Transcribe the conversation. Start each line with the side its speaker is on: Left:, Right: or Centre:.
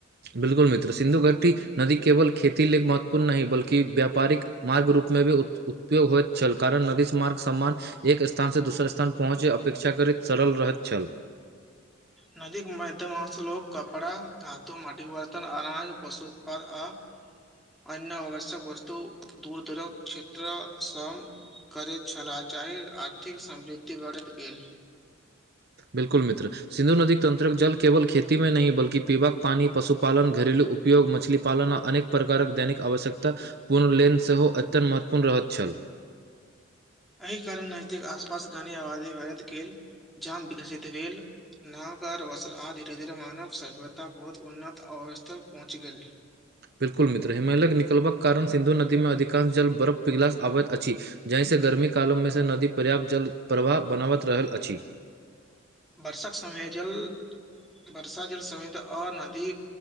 Right: बिल्कुल मित्र सिन्धु घट्टी नदी केवल खेती ल लेल महत्वपूर्ण नहि बल्कि व्यापारिक मार्ग रूपमे भी उपयोग होइत छल कारण नदीसँ मार्ग सम्मान एक स्थान से दोसर स्थान पहुँचे अपेक्षा करैत सरल रहैत छल
Centre: नदी के मध्यमश लोग कपड़ा धातो माटिके बर्तन अनाज पशु उत्पाद आ अन्य आवश्यक वस्तु दूर दूरक क्षेत्र स करैत छलाह जाहि आर्थिक समृद्धि बढ़त गेल
Right: बिल्कुल मित्र सिन्धु नदी तंत्रक जल केवल खेती मे नहि बल्कि पीबाक पानि पशुपालन घरेलू उपयोग उपयोग मछलीपालन आ अनेक प्रकारक दैनिक आवश्यकता पूर्णलेन सेहो अत्यत महत्वपूर्ण रहत छल
Centre: एहि कारण नैतिक आसपास घनी आबादी बरत गेल जाम विकसित भेल नाग वसल आ धीरे धीरे मानव सभ्यता बहुत उन्नत अवसतक पहुँच गेल
Right: बिल्कुल मित्र हिमालय निकलबाक कारण सिन्धु नदीमे अधिकांश जल बरफ पिघलासँ आबैत अछि जाहिसँ गर्मी कालममे सँ नदी पर्याप्त जलप्रवाह बनाबैत रहल अछि
Centre: वर्षाक समय जल बर्षा जल समत अ नदी